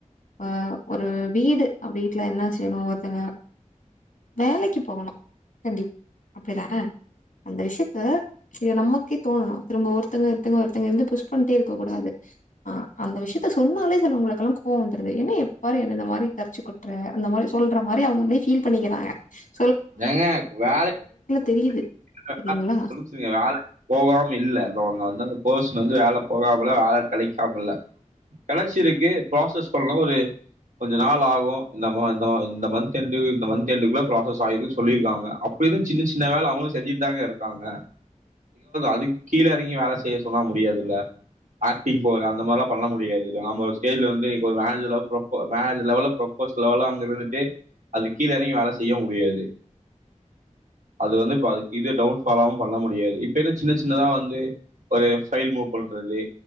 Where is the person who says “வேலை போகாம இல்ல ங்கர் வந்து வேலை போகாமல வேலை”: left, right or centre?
Right